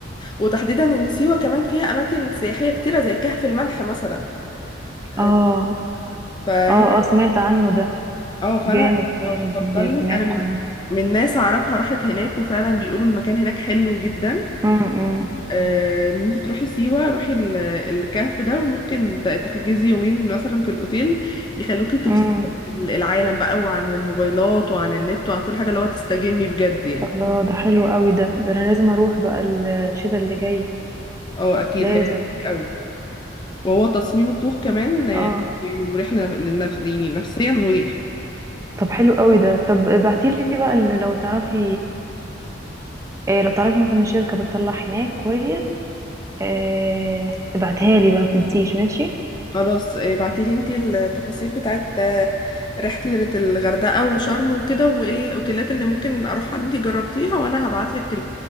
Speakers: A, on the left; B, on the right.
A: وتحديدا ان سيوة كمان فيها اماكن سياحية كتيرة زي كهف الملح مثلا آه،
B: اه
A: فهي
B: اه اه سمعت عنه ده
A: اه فانا
B: جامد كان
A: لو هفضل
B: دي-
A: لك
B: سمعت
A: انا من
B: عنه
A: من ناس اعرفها راحت هناك وفعلا بيقولوا المكان هناك حلو جدا
B: امم
A: آه، ان انت تروحي سيوة روحي ال- الكهف ده وممكن ت- تحجزي يومين مثلا في الاوتيل يخلوكي تفصلي
B: امم
A: عن العالم بقى وعن الموبايلات وعن النت وعن كل حاجة اللي هو تستجمي بجد يعني
B: الله ده حلو قوي ده ده انا لازم اروح بقى الشتاء اللي جاي
A: اه اكيد
B: لازم
A: هيعجبك قوي وهو تصميم الكوخ كمان آه،
B: اه
A: يعني مريح للنفس يعني نفسيا مريح
B: طب حلو قوي ده طب ابعتيلي بقى اللي لو تعرفي إيه لو تعرفي مثلا شركة بتطلع هناك كويس إيه ابعتها لي بقى ما تنسيش ماشي
A: خلاص ابعتي لي انتي التفاصيل بتاعت آه، رحلة الغردقة وشرم وكده وايه الاوتيلات اللي ممكن اروحها اللي انتي جربتيها وانا هبعتلك